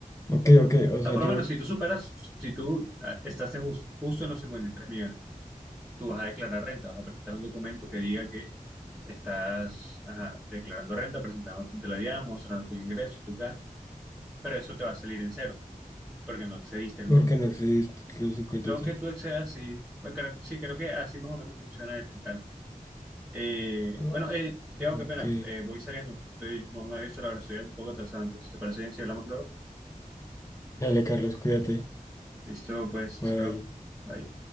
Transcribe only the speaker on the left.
ok, ok. O
sea,
yo,
porque
no accedí a los 53.
Ah,
Ok.
Dale, Carlos, cuídate.
Bye.